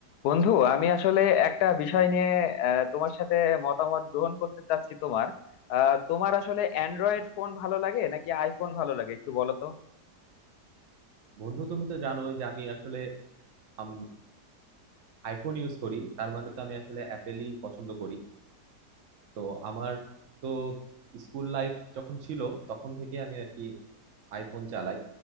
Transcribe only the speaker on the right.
বন্ধু তুমি তো জানোই যে আমি আসলে আম- আইফোন ইউজ করি তার মানে তো আমি আসলে অ্যাপেলই পছন্দ করি তো আমার তো স্কুল লাইফ যখন ছিল তখন থেকে আমি আর কি আইফোন চালাই